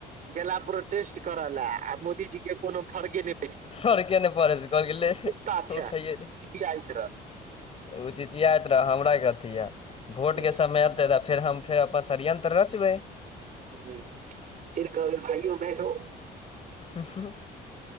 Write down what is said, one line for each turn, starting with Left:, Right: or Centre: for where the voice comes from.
Right: गेला प्रोटेस्ट कर ले आ मोदीजी के कोनो फर्क नै
Left: फड़के नै पड़े से कहल के लै
Right: कुत्ता
Left: हाँ
Right: छै
Left: उठेेे
Right: खियाइत
Left: ओ ची ची यात रह हमरा कथी य। भोट
Right: रहत
Left: के समय अयतै त फेर हम फेर अपन षड्यंत्र रच बै।
Right: हूं हूं फीर कहै बे भइयो भेलो।
Left: हूं हूं